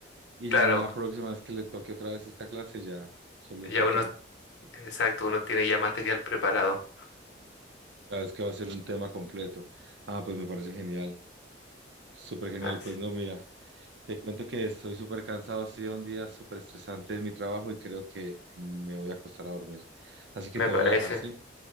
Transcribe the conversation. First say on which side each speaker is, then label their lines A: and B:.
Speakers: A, on the right; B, on the left.
A: y
B: Claro,
A: ya en la próxima vez que le toque otra vez esta clase ya solo
B: ya
A: está acá,
B: uno, exacto, uno tiene ya material preparado.
A: cada vez que va a ser un tema completo. Ah, pues me parece genial, súper genial,
B: Así-
A: pues no, mira. Te cuento que estoy súper cansado, ha sido un día súper estresante en mi trabajo y creo que me voy a acostar a dormir. Así que
B: me
A: te
B: parece.
A: voy a dejar, ¿sí?